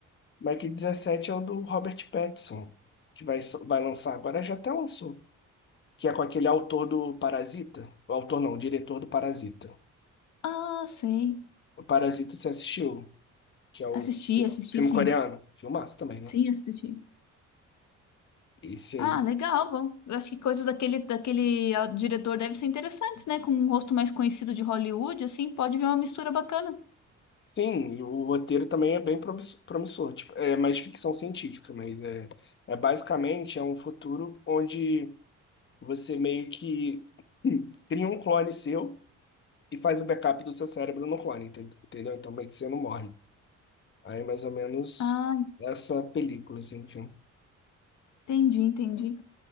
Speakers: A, on the left; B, on the left.
A: Mike dezessete é o do Robert Pattinson que vai, so-, vai lançar agora, já até lançou que é com aquele autor do Parasita. O autor não, o diretor do Parasita.
B: Ah, sei.
A: O Parasita você assistiu, que é o
B: Assisti, assisti,
A: filme
B: sim.
A: coreano. Filmaço também, né?
B: Sim, assisti.
A: Esse
B: Ah,
A: aí.
B: legal. Bom, eu acho que coisas daquele, daquele ah, diretor devem ser interessantes, né? Com um rosto mais conhecido de Hollywood, assim, pode vir uma mistura bacana.
A: Sim, e o roteiro também é bem promisso- promissor. Tipo, é mais ficção científica, mas é, é basicamente é um futuro onde você meio que <clears throat> hum, cria um clone seu e faz um backup do seu cérebro no clone, enten- entendeu? Então meio que você não morre. Aí é mais ou menos
B: Ah,
A: essa película assim do filme.
B: entendi, entendi.